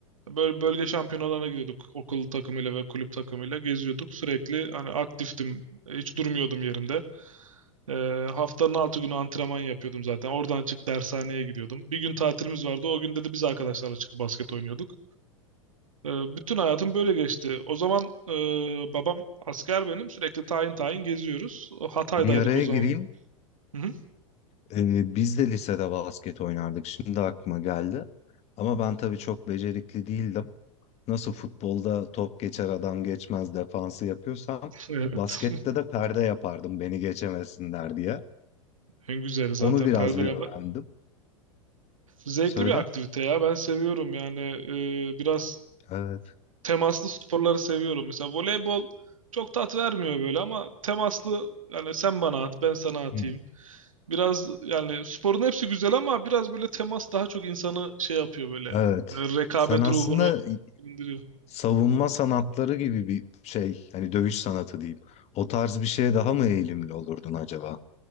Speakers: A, on the right; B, on the left.
A: Böyle bölge şampiyonalarına gidiyorduk okul takımıyla ve kulüp takımıyla geziyorduk. Sürekli hani aktiftim. Hiç durmuyordum yerimde. Ee, haftanın altı günü antrenman yapıyordum zaten. Oradan çık dershaneye gidiyordum. Bir gün tatilimiz vardı. O günde de biz arkadaşlarla çıkıp basket oynuyorduk. Ee, bütün hayatım böyle geçti. O zaman e, babam asker benim. Sürekli tayin tayin geziyoruz. O Hatay'daydık
B: Bir araya
A: o zaman.
B: gireyim.
A: Hı hı.
B: Ee, biz de lisede basket oynardık. Şimdi aklıma geldi. Ama ben tabii çok becerikli değildim. Nasıl futbolda top geçer adam geçmez defansı yapıyorsam
A: Evet.
B: baskette
A: <laughs>
B: de perde yapardım beni geçemesinler diye.
A: En güzeli zaten
B: Onu biraz
A: perdeleme.
B: bir öğrendim.
A: Zevkli
B: Söyle.
A: bir aktivite ya. Ben seviyorum yani e, biraz
B: Evet.
A: temaslı sporları seviyorum. Mesela voleybol çok tat vermiyor böyle ama temaslı yani sen bana at ben sana atayım.
B: Hmm.
A: Biraz yani sporun hepsi güzel ama biraz böyle temas daha çok insanı şey yapıyor böyle
B: Evet.
A: e, rekabet
B: Sen aslında
A: ruhunu indiriyor.
B: savunma sanatları gibi bir şey, hani dövüş sanatı diyeyim. O tarz bir şeye daha mı eğilimli olurdun acaba?